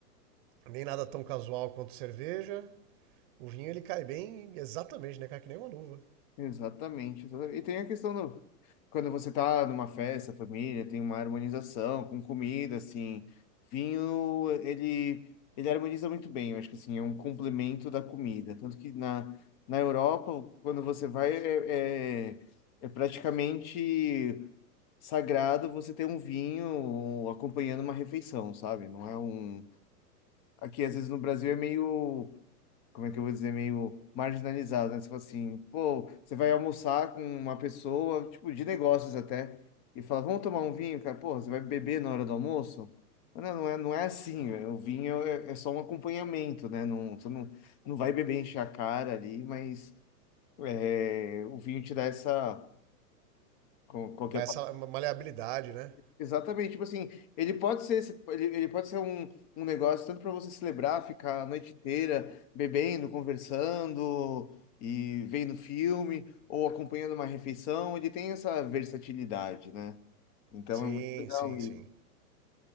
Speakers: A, on the right; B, on the left.
A: nem nada tão casual quanto cerveja. O vinho ele cai bem exatamente, né? Cai que nem uma luva.
B: Exatamente, exatamente. E tem a questão do. Quando você tá numa festa, família, tem uma harmonização com comida, assim. Vinho, ele, ele harmoniza muito bem, eu acho que assim, é um complemento da comida. Tanto que na, na Europa, quando você vai, é, é, é praticamente. sagrado você ter um vinho um, acompanhando uma refeição, sabe? Não é um. Aqui, às vezes, no Brasil é meio. Como é que eu vou dizer? Meio marginalizado, né? Você fala assim, pô, você vai almoçar com uma pessoa, tipo, de negócios até, e fala, vamos tomar um vinho, cara? pô você vai beber na hora do almoço? Mas não, não é, não é assim. é- O vinho é, é só um acompanhamento, né? Não, você não, não vai beber encher a cara ali, mas é, o vinho te dá essa. qualquer
A: Dá essa maleabilidade, né?
B: Exatamente, tipo assim, ele pode ser, esse- ele, ele pode ser um, um negócio tanto para você celebrar, ficar a noite inteira bebendo, conversando e vendo filme ou acompanhando uma refeição, ele tem essa versatilidade, né? Então
A: Sim,
B: é muito legal
A: sim,
B: isso.
A: sim.